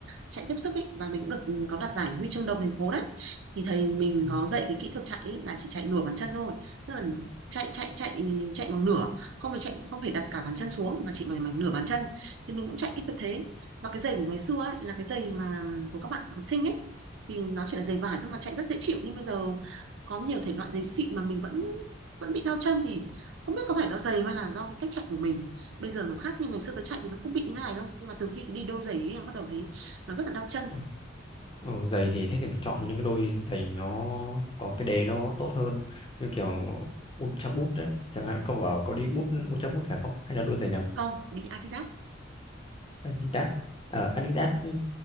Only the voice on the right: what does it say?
chạy tiếp sức ấy và mình cũng được ừ, có đạt giải huy chương đồng thành phố đấy thì thầy mình
có dạy cái kỹ thuật chạy ấy, là chỉ chạy nửa bàn chân thôi tức là chạy chạy chạy chạy bằng nửa không phải chạy không phải đặt cả bàn chân xuống mà chỉ bằng, bằng nửa bàn chân thì mình cũng chạy kỹ thuật thế và cái giày của ngày xưa ấy, là cái giày mà ừ, của các bạn học sinh ấy thì nó chỉ là giày vải thôi mà chạy rất dễ chịu nhưng bây giờ có nhiều thể loại giày xịn mà mình vẫn vẫn bị đau chân thì không biết có phải do giày hay là do cái cách chạy của mình bây giờ nó khác nhưng ngày xưa cái chạy thì nó không bị như này đâu nhưng mà từ khi đi đôi giày ấy, em bắt đầu thấy nó rất là đau chân
không đi Adidas